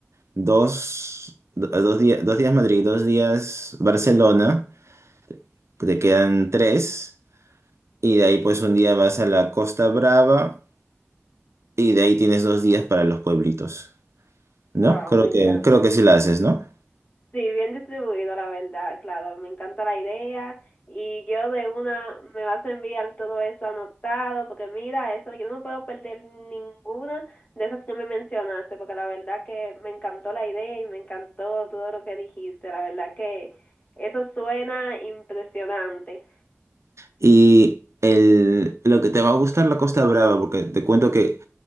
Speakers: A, on the right (about 85°); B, on the left (about 35°).
A: dos, do- dos días, dos días Madrid, dos días Barcelona, que te quedan tres, y de ahí pues un día vas a la Costa Brava, y de ahí tienes dos días para los pueblitos, ¿no?
B: Wow,
A: Creo
B: me encanta.
A: que, creo que sí la haces,
B: Sí,
A: ¿no?
B: Sí, bien distribuido, la verdad, claro, me encanta la idea y yo de una me vas a enviar todo eso anotado, porque mira, eso, yo no me puedo perder ninguna de esas que me mencionaste, porque la verdad que me encantó la idea y me encantó todo lo que dijiste, la verdad que eso suena impresionante.
A: Y el, lo que te va a gustar la Costa Brava, porque te cuento que